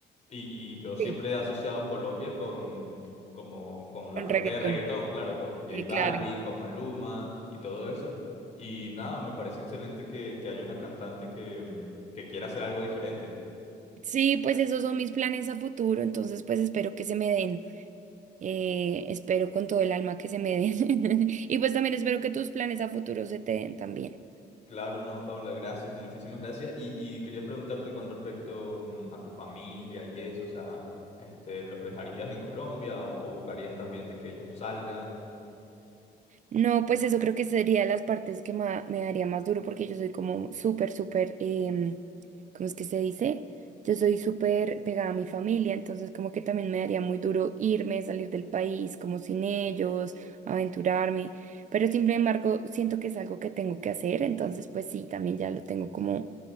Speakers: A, on the left; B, on the right.
A: y, y yo siempre
B: sí,
A: he asociado Colombia como con la
B: con
A: parte
B: reggaetón.
A: de reggaetón, claro, con J
B: Sí,
A: Balvin,
B: claro.
A: con Maluma y todo eso. Y nada, me parece excelente que, que haya una cantante que, mm, que quiera hacer algo diferente.
B: Sí, pues esos son mis planes a futuro, entonces pues espero que se me den, eh, espero con todo el alma que se me den. <laughs> Y pues también espero que tus planes a futuro se te den también.
A: Claro, no, Paula, gracias, muchísimas gracias. Y, y quería preguntarte con respecto mm, a tu familia y eso, o sea, este, ¿los dejarías en Colombia o, o buscarías también de que ellos salgan?
B: No, pues eso creo que sería las partes que ma- me daría más duro porque yo soy como súper, súper, em, ¿cómo es que se dice? Yo soy súper pegada a mi familia, entonces como que también me daría muy duro irme, salir del país como sin ellos, aventurarme, pero sin embargo siento que es algo que tengo que hacer, entonces pues sí, también ya lo tengo como,